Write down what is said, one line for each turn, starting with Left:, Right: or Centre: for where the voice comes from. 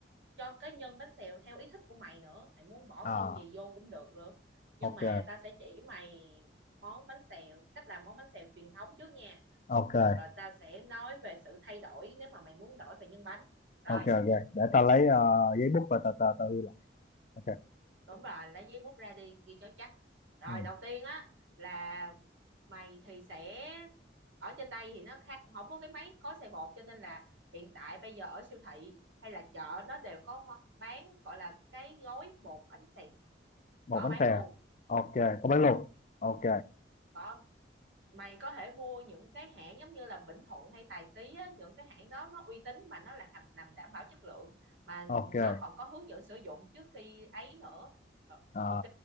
Right: cho cái nhân bánh xèo theo ý thích của mày nữa mày muốn bỏ
Left: Ờ,
Right: nhân gì vô cũng được nữa nhưng
Left: ok,
Right: mà ta sẽ chỉ mày món bánh xèo cách làm món bánh xèo truyền thống trước nha
Left: ok,
Right: rồi tao sẽ nói về sự thay đổi nếu mà mày muốn đổi về nhân bánh rồi
Left: ok, ok. Để tao lấy ờ, giấy bút và tờ tờ tao ghi lại. Ok,
Right: đúng rồi lấy giấy bút ra đi ghi cho chắc rồi
Left: ừ.
Right: đầu tiên á là mày thì sẽ ở trên đây thì nó khác không có cái máy gói xe bột cho nên là hiện tại bây giờ ở siêu thị hay là chợ nó đều có mo- bán gọi là cái gói bột bánh xèo
Left: Một
Right: có
Left: bánh
Right: bán
Left: xèo.
Right: luôn
Left: Ok, có
Right: ừ,
Left: bánh luộc. Ok,
Right: có mày có thể mua những cái hãng giống như là Vĩnh Thuận hay Tài Ký á, những cái hãng đó nó uy tín mà nó làm làm đảm bảo chất lượng mà
Left: ok,
Right: nó còn có hướng dẫn sử dụng trước khi ấy nữa Ờ,
Left: ờ,
Right: ok